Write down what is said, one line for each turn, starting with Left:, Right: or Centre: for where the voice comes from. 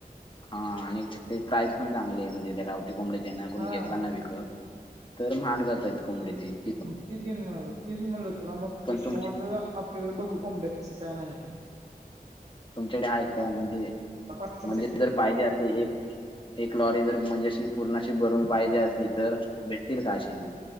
Left: हां आणि ते प्राईज पणं चांगली आहे म्हणजे त्यां कोंबड्यां चां नां कोणी
Right: हा.
Left: घेतलांय नां विकत तरं म्हंहांग जातंय कोंबड्यां ते
Right: मंग ती जे तीचं म्हणलं तुलां मंग पैसे
Left: पण तुमची
Right: असं आपल्यांकडे बघूं कोंबडं तसं कायं नाहीं
Left: तुमच्यांकडे आहेतं कां म्हणजे
Right: पाच सहा
Left: म्हणजे
Right: पाच-
Left: जरं पाहिजे असे एक एक लॉरी जरं म्हणजे अशी पूर्णाशी भरूंन पाहिजे असली तरं भेटतील कां अशी एवढी